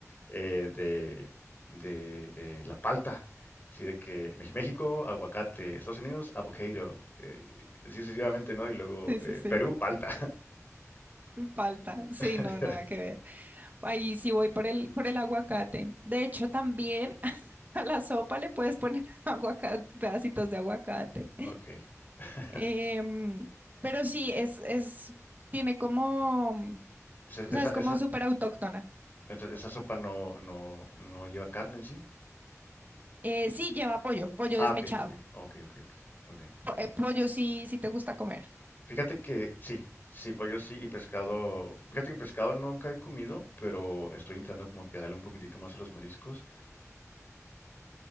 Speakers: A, on the left (about 35°); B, on the right (about 35°).
A: eh, de, de, eh, la palta. Así de que Mex- México, aguacate, Estados Unidos, avocado, eh, así sucesivamente, ¿no? Y luego
B: Sí,
A: eh,
B: sí, sí.
A: Perú, palta.
B: Palta, sí,
A: <laughs>
B: no, nada que ver. Ahí sí voy por el, por el aguacate. De hecho, también <laughs> a la sopa le puedes poner <laughs> aguacate, pedacitos de aguacate.
A: Ok. <laughs>
B: Em, pero sí, es, es, tiene como, o
A: Esa,
B: sea,
A: esa,
B: es como
A: esa,
B: súper autóctona.
A: esa- esa sopa no, no, no lleva carne en sí.
B: Eh, sí, lleva pollo, pollo
A: Ah,
B: desmechado.
A: ok, ok, ok, ok, ok. ok. Muy bien,
B: Po-
A: muy
B: eh,
A: bien.
B: pollo sí, sí te gusta comer.
A: Fíjate que sí, sí, pollo sí y pescado. Fíjate que pescado nunca he comido, pero estoy entrando como que a darle un poquitito más a los mariscos.